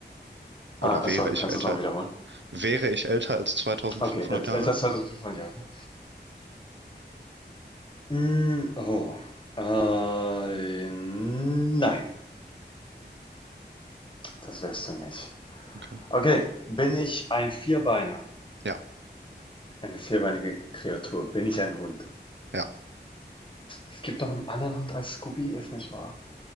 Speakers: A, on the left (about 25°); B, on the right (about 80°).
A: Ah,
B: Oder wäre
A: sorry,
B: ich
A: kannst
B: älter?
A: du es noch wiederholen?
B: Wäre ich älter als 2500
A: Okay, äh, älter
B: Jahre?
A: als 2500 Jahre. Mm, oh. Äh, nein, das wärst du nicht.
B: Okay.
A: Okay, bin ich ein Vierbeiner?
B: Ja,
A: Eine vierbeinige Kreatur. Bin ich ein Hund?
B: ja.
A: Es gibt noch einen anderen Hund als Scooby, ist nicht wahr?